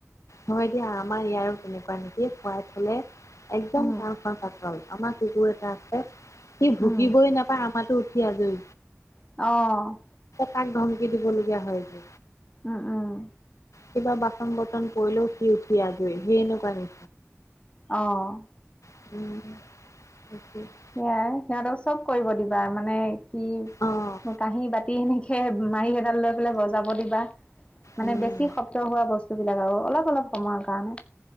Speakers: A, on the left; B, on the left.
A: হয় দিয়া আমাৰ ইয়াৰো তেনেকুৱা নেকি, খোৱাই ফালে একদম
B: উম
A: কাম পাতল আমাৰ ককুৰ এটা আছে। সি ভুকিবই
B: উম
A: নাপায় আমাৰতো উঠি আজৰি।
B: অঁ
A: তাক ধমকি দিবলগীয়া হয় যে।
B: উম উম।
A: কিবা বাচন বৰ্তন পৰিলেও সি উঠি আজৰি সি এনেকুৱা নি?
B: অঁ
A: <unintelligible>
B: সেয়াই সিহঁতক চব কৰিব দিবা মানে কি
A: অ',
B: কাঁহী বা তি সেনেকে মাৰি এডাল লৈ পেলাই বজাব দিবা, মানে
A: উম,
B: বে ছি শব্দ হোৱা বস্তুবিলাক আৰু অলপ অলপ সময়ৰ কাৰণে।